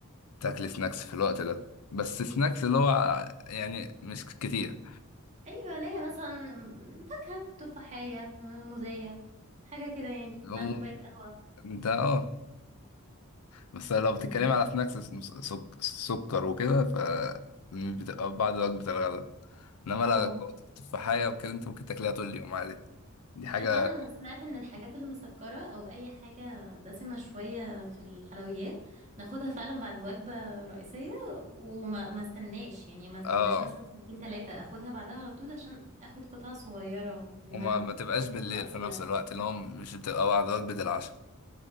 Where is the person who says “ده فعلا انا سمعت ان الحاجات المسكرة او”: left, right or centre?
Right